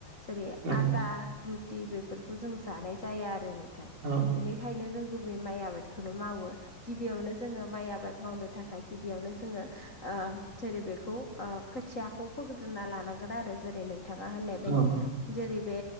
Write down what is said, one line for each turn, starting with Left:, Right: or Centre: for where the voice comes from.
Left: जेरै
Right: ओं
Left: आटा रुटि बेफोरखौ जों जानाय जाया आरो नोंथां
Right: औ
Left: बेनिखायनो जों गुबै माइ आबादखौनो मावो गिबियावनो जोङो माइ आबाद मावनो थाखाय गिबियावनो जोङो जेरै बेखौ अ खोथियाखौ फोग्रोना लानांगोन आरो जेरै नों बिथाङा होननाय बायदि
Right: ओं
Left: जेरै बे